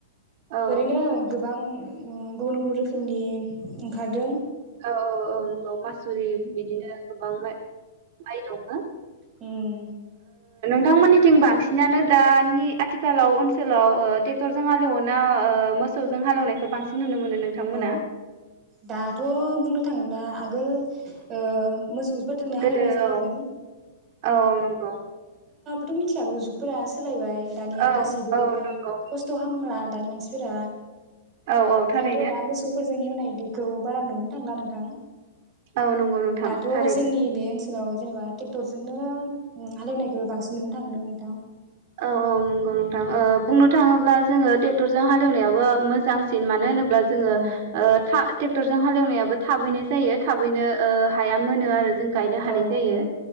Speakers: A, on the right; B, on the right.
A: औ
B: ओरैनो गोबां ओ गुबुन गुबुन रोखोमनि ओंखारदों
A: औ औ औ औ ओम। औ मासुरि बिदिनो गोबां माइ माइ दं। हो
B: ओम।
A: नोंथांमोननिथिं बांसिनानो दानि आथिखालाव ओनसोलाव ओ टेक्टरजों हालेवयो ना ओ मोसौजों हालेवनायखौ बांसिन नुनो मोनो? नोंथांमोना?
B: अ दाथ' बुंनो थाङोब्ला आगोल ओ मोसौ गोदोना
A: गोदो
B: हालेवनाय जायोमोन।
A: औ औ औ नंगौ
B: बोथ' मिथिखागौ जुगफोरा सोलायबाय दानिया
A: औ
B: गासैबो
A: औ नंगौ
B: खस्थ' खामला दानि मानसिफोरा
A: औ औ थारै
B: थ दा मोसौफोरजों एवनायदो खौ बारा नुनो थांला नोंथां।
A: औ नंगौ
B: ओ
A: नोंथां
B: दाथ'
A: थारैनो
B: जोंनि बे ओनसोल औ जेनेबा टेक्टरजोंनो उम हालेवनायखौ बांसिन नुनो थांदों नोंथां।
A: औ औ नंगौ नोंथां ओ बुंनो थाङोब्ला जोङो टेक्टरजों हालौनायाबो मोजांसिन मानो होनो जोङो
B: औ
A: ओ था ट्रेक्टरजों हालौनायाबो थाबैनो जायो थाबैनो ओ हाया मोनो आरो जों गायनो
B: औ
A: हानाय जायो
B: उम